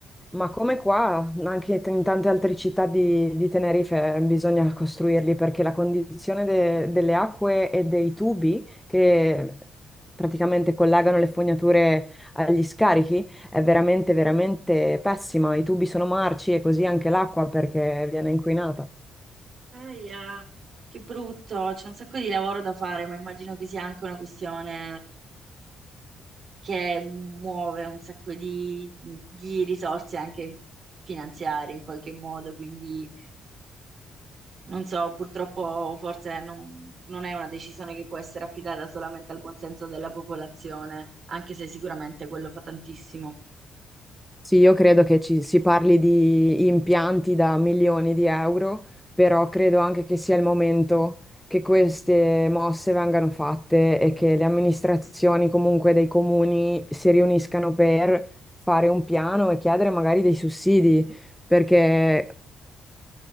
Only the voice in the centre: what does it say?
Ma come qua, anche t- in tante altre città di, di Tenerife bisogna costruirli perché la condizione de- delle acque e dei tubi che praticamente collegano le fognature agli scarichi è veramente, veramente pessima. I tubi sono marci e così anche l'acqua perché viene inquinata.
Sì, io credo che ci si parli di impianti da milioni di euro, però credo anche che sia il momento che queste mosse vengano fatte e che le amministrazioni comunque dei comuni si riuniscano per fare un piano e chiedere magari dei sussidi, perché